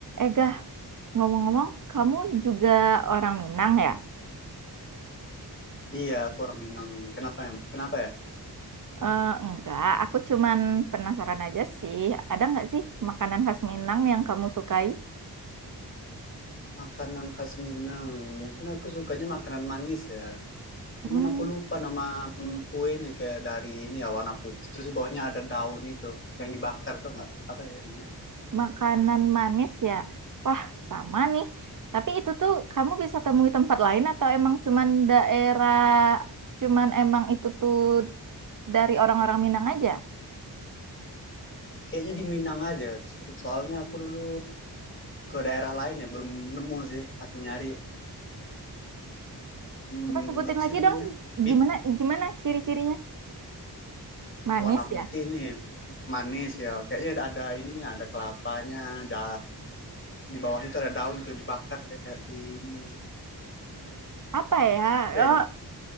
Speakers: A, on the right (about 50°); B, on the left (about 30°).
A: Ega ngomong-ngomong, kamu juga orang Minang ya?
B: Iya, aku orang Minang. Kenapa ya? Kenapa ya?
A: Eh, enggak, aku cuman penasaran aja sih. Ada nggak sih makanan khas Minang yang kamu sukai?
B: Makanan khas Minang. Mungkin aku sukanya makanan manis ya. Cuman
A: Hmm,
B: aku lupa nama mm, kuenya kayak dari ini ya warna putih. Terus di bawahnya ada daun itu yang dibakar tuh nggak? Apa ya namanya?
A: makanan manis ya? Wah, sama nih. Tapi itu tuh kamu bisa temui tempat lain atau emang cuman daerah, cuman emang itu tuh dari orang-orang Minang aja?
B: Kayaknya di Minang aja. So- Soalnya aku dulu ke daerah lain ya belum nemu sih. Aku nyari mm,
A: Apa sebutin
B: apa
A: lagi
B: sih namanya?
A: dong,
B: Bik
A: gimana gimana ciri-cirinya? Manis
B: warna putih
A: ya?
B: nih manis ya. Kayaknya ada, ada ininya, ada kelapanya, ada di bawahnya itu ada daun tuh dibakar deh kayak di ini
A: Apa ya?
B: apa ya?
A: Oh,